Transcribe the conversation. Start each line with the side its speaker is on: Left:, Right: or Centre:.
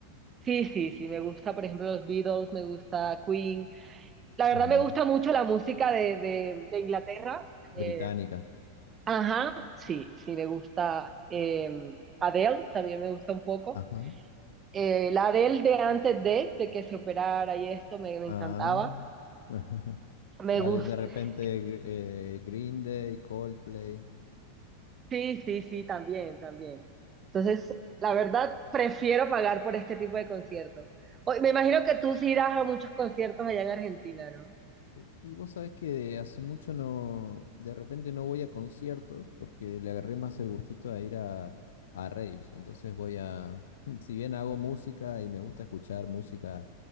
Right: sí, sí, sí, me gusta, por ejemplo, los Beatles, me gusta Queen. La verdad
Left: Ujú.
Right: me gusta mucho la música de, de, de Inglaterra.
Left: Británica.
Right: Eh, ajá, sí, sí, me gusta eh, Adele, también me gusta un poco.
Left: Ajá.
Right: Eh, la Adele de antes de, de que se operara y esto me, me
Left: Ah,
Right: encantaba.
Left: <laughs>
Right: Me
Left: Ale,
Right: gusta.
Left: de repente
Right: <laughs>
Left: Gr- eh, Green Day, Coldplay.
Right: Sí, sí, sí, también, también. Entonces, la verdad, prefiero pagar por este tipo de conciertos. O- Me imagino que tú sí irás a muchos conciertos allá en Argentina, ¿no?
Left: Y y vos sabés que de hace mucho no, de repente no voy a conciertos porque le agarré más el gustito a ir a, a raves. Entonces voy a, <laughs> si bien hago música y me gusta escuchar música